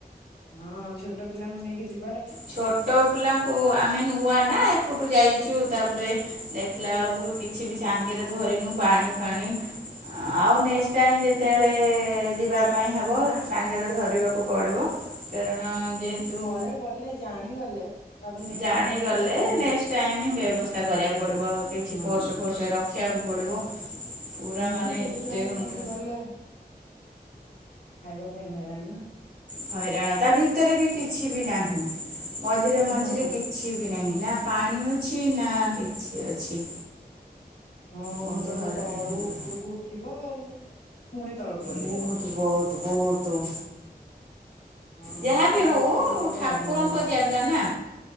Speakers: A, on the left; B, on the right.
A: ହଁ ଛୋଟ ପିଲାଙ୍କୁ ନେଇକି ଯିବି
B: ଛୋଟ ପିଲାଙ୍କ - ଓ ଓ ଆମେ ନୂଆ ନା ଏପଟୁ ଯାଇଚୁ ତାପରେ ଦେଖିଲା ବେଳକୁ କି କିଛି ବି ସାଙ୍ଗେରେ ଧରିନୁ ପାଣି ଫାଣି - ଆଉ ନେକ୍ସଟ ଟାଇମ୍ ଯେତେଏଳେ ଯିବା ପାଇଁ ହେବ ସାଙ୍ଗେରେ ଧରିବାକୁ ପଡ଼ିବ କାରଣ ଯେହେତୁ
A: ହଁ ଥରେ ଗଲେ ଜାଣିଗଲେ- ତାପରେ ନେକ୍ସଟ
B: ଜାଣିଗଲେ
A: ଟାଇମ ଗଲେ ତ ସବୁ
B: ନେକ୍ସଟ ଟାଇମ ବ୍ୟବସ୍ଥା କରିବାକୁ
A: ନେଇକି
B: ପଡିବ
A: ଯିବେ
B: କିଛି
A: ହଁ
B: ପର୍ସ ଫର୍ସ ର ଖିଆକୁ ପଡ଼ିବ- ପୁରା
A: ହଁ ନହେଲେ
B: ମାନେ
A: ଛୋଟ
B: ଏତେ
A: ଛୁଆଙ୍କୁ
B: ଘଣ୍ଟା
A: ନେଇକି ଗଲେ ଖାଇବା ପାଇଁ ହଇରାଣ ନା
B: ହଇରାଣ ତା ଭିତରେ ବି କିଛି ବି ନାହିଁ ମଝିରେ ମଝିରେ
A: ନା
B: କିଛି <unintelligible> ନାହିଁ ନା ପାଣି ଅଛି ନା କିଛି ଅଛି
A: ହଁ ହଁ
B: ବହୁତ
A: ସେଇଟୁ
B: ହଇରାଣ
A: ତ ତଳୁ
B: ହେଇଗଲା
A: ଉପୁରକୁ ଉଠିବ ଆଉ ପୁଣି ତଳକୁ ଓହ୍ଲେଇବ
B: ବହୁତ ବହୁତ ବହୁତ
A: ହଁ
B: ଯାହାବି
A: ଆମେ ବି
B: ହଉ
A: ଯାଇଥିଲୁ ବହୁତ
B: ଠାକୁରଙ୍କ
A: ହଇରାଣ ହେଲୁ
B: ଜାଗା ନା-